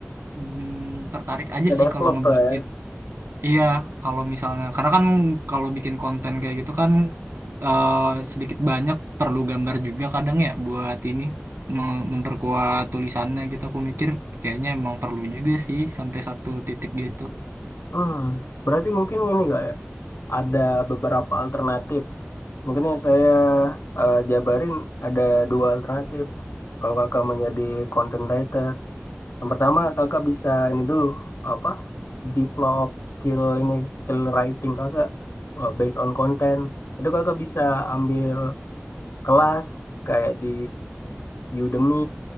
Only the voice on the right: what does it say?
mm, tertarik aja
sih
kalau ngebuatin.
Iya, kalau misalnya karena kan kalau bikin konten kayak gitu kan uh, sedikit banyak perlu gambar juga kadang ya buat ini mem- memperkuat tulisannya gitu. Aku mikir kayaknya emang perlu juga sih sampai satu titik gitu.